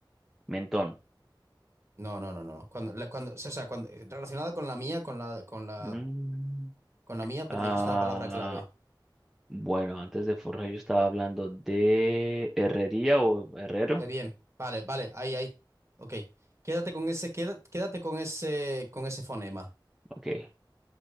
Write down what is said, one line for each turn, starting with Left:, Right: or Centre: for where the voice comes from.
Centre: Mentón.
Right: No, no, no, no. Cuando, la- cuando, o sea, cuando, relacionada con la mía, con la, con la,
Centre: Mm,
Right: con la mía, pero
Centre: ah,
Right: dijiste una palabra clave.
Centre: bueno, antes de Forja yo estaba hablando de herrería o herrero.
Right: Eh, bien, vale, vale, ahí, ahí. Ok. Quédate con ese, queda- quédate con ese, con ese fonema,
Centre: Ok.